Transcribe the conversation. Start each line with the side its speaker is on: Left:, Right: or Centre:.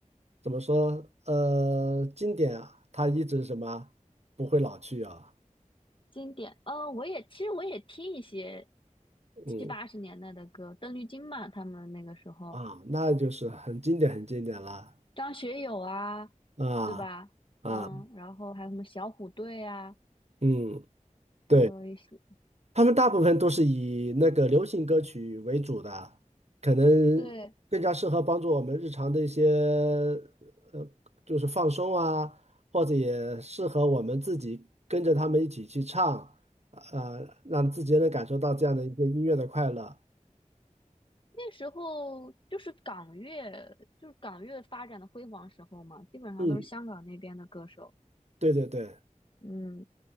Right: 怎么说，呃，经典啊，它一直什么不会老去啊，
Left: 经典哦，我也其实我也听一些
Right: 嗯
Left: 七八十年代的歌，邓丽君嘛，他们那个时候。
Right: 啊，那就是很经典，很经典了
Left: 张学友啊，
Right: 啊。
Left: 对吧？
Right: 啊，
Left: 嗯，然后还有什么小虎队啊，
Right: 嗯，对，
Left: 还有一些，
Right: 他们大部分都是以那个流行歌曲为主的，可能更加适合帮助我们日常的一些
Left: 对，
Right: 呃，就是放松啊，或者也适合我们自己跟着他们一起去唱，呃，让自己能感受到这样的一些音乐的快乐。
Left: 那时候就是港乐，就是港乐发展的辉煌时候嘛，基本上都是香港那边的歌手。
Right: 嗯，对对对，
Left: 嗯